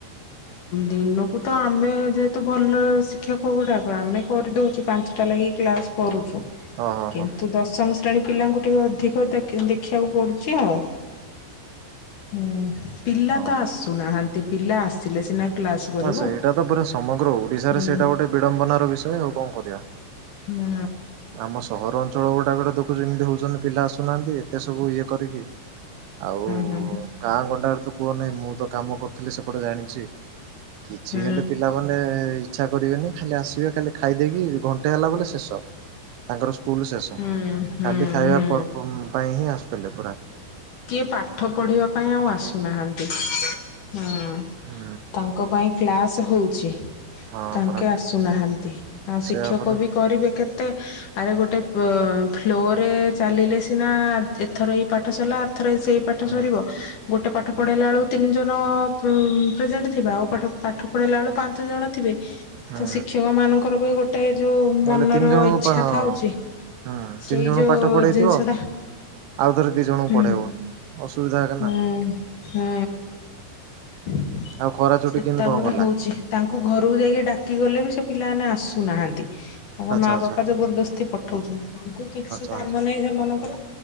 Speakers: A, on the left; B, on the right.
A: ଦିନକୁ ତ ଆମେ ଯେହେତୁ ଭଲ ଶିକ୍ଷା କଉଟାକ ଆମେ କରିଦଉଛୁ ପାଞ୍ଚଟା ଲାଗି କ୍ଲାସ କରୁଛୁ।
B: ହଁ ହଁ
A: କିନ୍ତୁ
B: ହଁ
A: ଦର୍ଶମ ପିଲାଙ୍କୁ ଟିକେ ଅଧିକ ଦେଖିବାକୁ ପଡୁଛି ଆଉ ହୁଁ ପିଲା
B: ହଁ
A: ତ
B: ହଁ
A: ଆସୁନାହାନ୍ତି ପିଲା ଆସିଲେ ସିନା କ୍ଲାସ କରିବୁ
B: ହଁ ସେଇଟା ତ ପୁରା ସମଗ୍ର ଓଡିଶାରେ
A: ହୁଁ
B: ସେଇଟା ଗୋଟେ ବିଡମ୍ବନାର ବିଷୟ ଆଉ କଣ କରିବା।
A: ହୁଁ ହୁଁ
B: ଆମ ସହରାଞ୍ଚଳ ଗୋଟେ ଟଟ ଦେଖୁଛ ଯେମିତି ହଉଛନ୍ତି ପିଲା ଆସୁନାହାନ୍ତି ଏତେ ସବୁ ଇଏ କରିକି ଆଉ
A: ହୁଁ ହୁଁ
B: ଗାଁ ଗଣ୍ଡାର ତୁ କୁହ ନାହିଁ ମୁଁ ତ କାମ କରୁଥିଲି ସେପଟେ ଜାଣିଚି। କିଛି
A: ହୁଁ
B: ହେଲେ ପିଲାମାନେ ଇଚଛା କରିବେି ଖାଲି ଆସେ ଖା ଖାଇ ଦେଇ କିି ଘଣ୍ଟେ ହେଲା ବ ଶେଷ ତାଙ୍କର ସ୍କୁଲ ଶେଷ
A: ହୁଁ ହୁଁ
B: ଖାଲି ଖାଇବା
A: ହୁଁ
B: ପର୍ ପାଇଁ ହିଁ ଆସୁ ପିଲଲୁ
A: କିଏ ପାଠ ପଢିବା ପାଇଁ ଆଉ ଆସୁନାହାନ୍ତି ହଁ।
B: ହୁଁ
A: ତାଙ୍କ ପାଇଁ କ୍ ତାସ ହେଉଛି।
B: ହଁ
A: ତାଙ୍କେ
B: ପରା
A: ଆସୁନାହାନ୍ତି ଆଉ
B: ସେୟା
A: ଶିକ୍ଷକ
B: ପରା
A: ବି କରିବେ କେତେ ମତେ ଆରେ ଗୋଟେ ଫ୍ଲୋରେ ଚାଲିଲେ ସିନା ଏଥର ଏଇ ପାଠ ସରିଲା ଥ ସେଇ ପାଠ
B: ହୁଁ।
A: ସରିବ ଗୋଟେ ପାଠ ପଢ଼ାଇଲା ବେଳୁ ତିନି ଜଣ ପ୍ରେଜେଣ୍ଟ ଥିବା ଆଉ ପାଠ ପାଠ ପଢ଼ାଇଲାା ବେଳକୁ ପାଞ୍ଚ ଜଣ ଥିବେ
B: ହୁଁ
A: ତ ଶିକ୍ଷକ ମାନଙ୍କର ବି ଗୋଟେ ଗୋଟେ ଯୋଉ
B: ହେଲେ
A: ମନର
B: ତିନି ଜଣଙ୍କୁ
A: ଇଚଛା
B: ହଁ
A: ଥାଉଛି
B: ହୁଁ ତିନି
A: ସେଇ
B: ଜଣଙ୍କୁ
A: ଯୋଉ
B: ପାଠ ପଢେଇଥିବ
A: ଜିନିଷ ଟା
B: ଆଉ ଥରେ ଦି ଜଣଙ୍କୁ
A: ହୁଁ
B: ପଢେଇବ ଅସୁବିଧା ଏକା
A: ହୁଁ
B: ନା।
A: ହୁଁ। <inaudible>
B: ଆଉ ଖରା ଛୁଟି
A: ସେ
B: କେମିତି
A: ତା
B: କଣ
A: ଗୋଟେ
B: ଗଲା?
A: ହଉଛି ତାଙ୍କୁ ଘରକୁ ଯାଇକି ଡାକି ଗଲେ ବି ସେ ପିଲାମାନେ ଆସୁନାହାନ୍ତି। ତାଙ୍କ
B: ଆଚ୍ଛା
A: ମା
B: ଆଚ୍ଛା
A: ବାପା ଜବରଦସ୍ତି ପଠଉଛନ୍ତି ତାଙ୍କୁ କିଛି
B: ଆଚ୍ଛା
A: କାମ
B: ଆଚ୍ଛା
A: ନାହିଁ ସେମାନଙ୍କର?